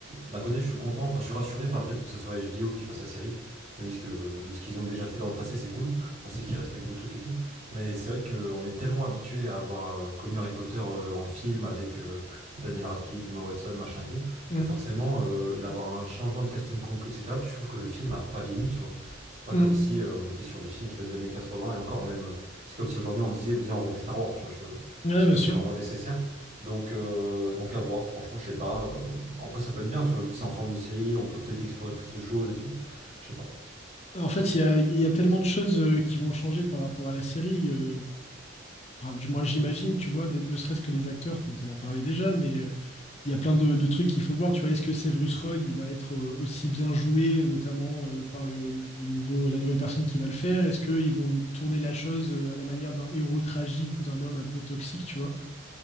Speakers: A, on the right; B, on the left.
A: D'un côté, je suis content, enfin, je suis rassuré par le fait que ça soit HBO qui fasse la série. Je me dis que euh, de ce qu'ils ont déjà fait dans le passé, c'est cool. On sait qu'ils respectent le truc et tout. Mais c'est vrai qu'on est tellement habitué à avoir euh, connu Harry Potter euh, en film avec euh, Daniel Radcliffe, Emma Watson, machin et tout,
B: Mm.
A: que forcément, euh, l'avoir un changement de casting complet, etc. Puis je trouve que le film a pas vieilli, tu vois. C'est pas
B: Mm.
A: comme si euh, on était sur des films qui datent des années 80 et encore même. euh, c'est comme si aujourd'hui on disait, viens, on refait Star Wars, tu vois. Je... Est-ce
B: Ouais,
A: que
B: bien
A: c'est
B: sûr.
A: vraiment nécessaire? Donc, euh, donc à voir, franchement, je sais pas. euh, Après, ça peut être bien, tu vois, vu que c'est en forme de série, on peut peut-être explorer plus de choses et tout. Je sais pas.
B: En fait, il y a, il y a tellement de choses euh, qui vont changer par rapport à la série. euh, Enfin, du moins, j'imagine, tu vois, des- ne serait-ce que les acteurs, dont on a parlé déjà, mais euh, il y a plein de, de trucs qu'il faut voir. Tu vois, est-ce que Severus Rogue, il va être euh, aussi bien joué, notamment euh, par le, le nouveau, la nouvelle personne qui va le faire? Est-ce qu'ils vont tourner la chose euh, à la manière d'un héros tragique ou d'un homme un peu toxique, tu vois?